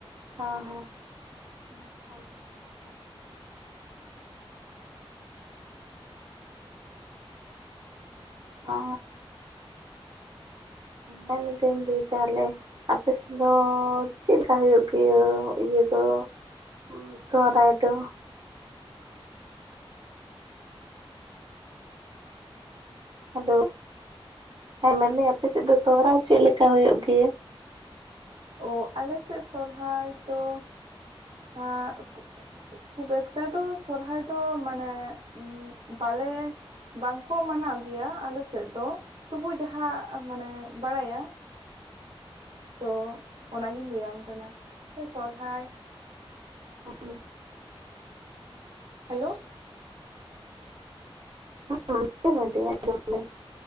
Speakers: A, on the right; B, on the right.
A: ᱦᱚᱸ ᱦᱚᱸ
B: ᱦᱩᱸ
A: ᱟᱪᱪᱷᱟ ᱟᱪᱪᱷᱟ ᱟ ᱢᱮᱱ ᱫᱟᱹᱧ ᱫᱤ ᱛᱟᱦᱞᱮ ᱟᱯᱮ ᱥᱮᱫ ᱫᱚ ᱪᱮᱫ ᱞᱮᱠᱟ ᱦᱩᱭᱩᱜ ᱜᱮᱭᱟᱹ ᱤᱭᱟᱹ ᱫᱚ ᱦᱩᱸ ᱥᱚᱦᱨᱟᱭ ᱛᱚ ᱦᱮᱞᱳ ᱦᱮᱸ ᱢᱮᱱ ᱫᱟᱹᱧ ᱟᱯᱮ ᱥᱮᱫ ᱫᱚ ᱥᱚᱦᱨᱟᱭ ᱪᱮᱫ ᱞᱮᱠᱟ ᱦᱩᱭᱩᱜ ᱜᱮᱭᱟ
B: ᱚ ᱟᱞᱮ ᱥᱮᱫ ᱥᱚᱨᱦᱟᱭ ᱫᱚ ᱦᱟᱸᱜ ᱠᱷᱩᱵ ᱮᱠᱴᱟ ᱫᱚ ᱥᱚᱨᱦᱟᱭ ᱫᱚ ᱢᱟᱱᱮ ᱵᱟᱞᱮ ᱵᱟᱝᱠᱚ ᱢᱟᱱᱟᱣ ᱜᱮᱭᱟ ᱟᱞᱮ ᱥᱮᱫ ᱫᱚ ᱛᱚᱵᱩ ᱡᱟᱦᱟᱸ ᱢᱟᱱᱮ ᱵᱟᱲᱟᱭᱟ ᱛᱚ ᱚᱱᱟ ᱜᱤᱧ ᱞᱟᱹᱭᱟᱢ ᱠᱟᱱᱟ ᱛᱚ ᱥᱚᱨᱦᱟᱭ
A: ᱟᱨ
B: ᱦᱮᱞᱳ
A: ᱦᱮᱸ ᱟᱡᱟᱢ ᱮᱫᱟᱹᱧ ᱟᱡᱚᱢ ᱮᱫᱟᱹᱧ